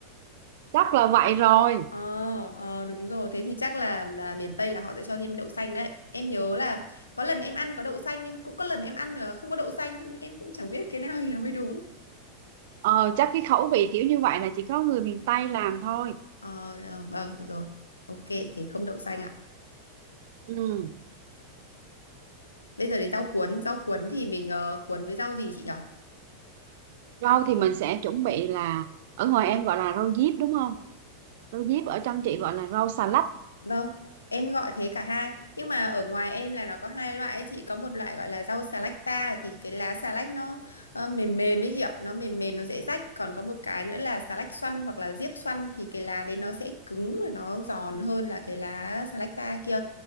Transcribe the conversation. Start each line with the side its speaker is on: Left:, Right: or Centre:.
Right: chắc là vậy rồi
Left: Ờ, ờ, đúng rồi, thế thì chắc là là miền Tây là họ sẽ cho thêm đậu xanh đấy. Em nhớ là có lần em ăn có đậu xanh nhưng cũng có lần em ăn là không có đậu xanh, em cũng chẳng biết cái nào thì nó mới đúng.
Right: Ờ, chắc cái khẩu vị kiểu như vậy là chỉ có người miền Tây làm thôi.
Left: Ờ, ờ, vâng, được rồi. Ok, thế không đậu xanh ạ.
Right: Ừ.
Left: Bây giờ đến rau cuốn. Rau cuốn thì mình ờ, cuốn với rau gì chị nhỉ?
Right: Rau thì mình sẽ chuẩn bị là ở ngoài em gọi là rau diếp đúng không? Rau diếp ở trong chị gọi là rau xà lách.
Left: Vâng, em gọi thế cả hai. Nhưng mà ở ngoài em là nó có hai loại ấy chị. Có một loại gọi là rau xà lách ta. Thì cái lá xà lách nó ờ, mềm mềm ấy chị ạ. Nó mềm mềm, nó dễ rách. Còn có một cái nữa là xà lách xoăn hoặc là diếp xoăn. Thì cái lá đấy nó sẽ cứng và nó giòn hơn là cái lá xà lách ta kia.